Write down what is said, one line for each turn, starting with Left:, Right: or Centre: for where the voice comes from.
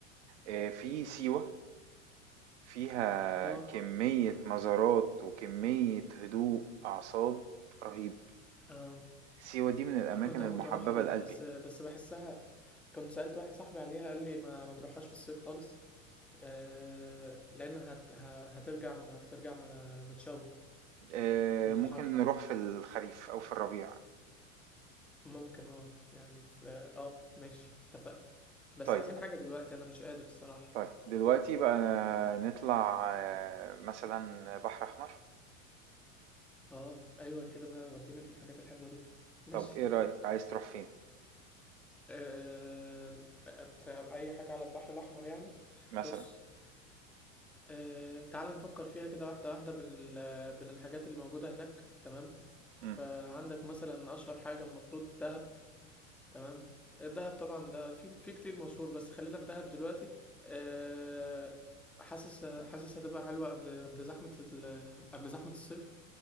Right: آه، في
Centre: ماشي
Right: سيوة فيها
Centre: اه
Right: كمية
Centre: اوف
Right: مزارات وكمية هدوء أعصاب رهيب
Centre: اه
Right: سيوة دي من الأماكن
Centre: انا كنت هموت
Right: المحببة
Centre: واروحها دي
Right: لقلبي
Centre: بس بس بحسها كنت سألت واحد صاحبي عليها قال لي ما ما تروحهاش في الصيف خالص آه لان هت ه- هترجع م- هترجع م- متشوه
Right: آه،
Centre: من الحر
Right: ممكن نروح في الخريف أو في الربيع
Centre: ممكن اه يعني في اه ماشي اتفقنا بس
Right: طيب
Centre: عايزين حاجة دلوقتي انا مش قادر الصراحة
Right: طيب دلوقتي بقى نطلع آه، مثلا بحر أحمر
Centre: اه ايوه كده بقى وديني في الحاجات الحلوة دي ماشي
Right: طب إيه رأيك عايز تروح فين
Centre: آه، في أي حاجة على البحر الأحمر يعني
Right: مثلا
Centre: بص آه، تعال نفكر فيها كده واحدة واحدة بال... بالحاجات اللي موجودة هناك تمام
Right: مم.
Centre: فعندك مثلا أشهر حاجة المفروض دهب تمام دهب طبعا ده في في كتير مشهور بس خلينا في دهب دلوقتي آه، حاسس حاسس هتبقى حلوة قبل قبل زحمة ال... قبل زحمة الصيف